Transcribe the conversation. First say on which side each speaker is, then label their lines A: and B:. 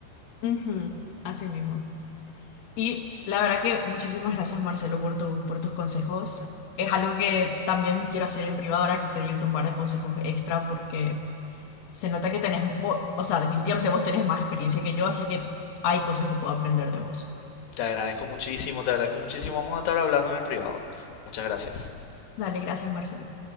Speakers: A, on the left (about 55°); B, on the left (about 75°).
A: Ujú, así mismo. Y la verdad que muchísimas gracias, Marcelo, por tu, por tus consejos. Es algo que también quiero hacer en privado ahora que pedirte un par de consejos extra porque... se nota que tenés, vo- o sea, definitivamente vos tenés más experiencia que yo, así que hay cosas que puedo aprender de vos.
B: Te agradezco muchísimo, te agradezco muchísimo, vamos a estar hablando en el privado. Muchas gracias.
A: Dale, gracias, Marcelo.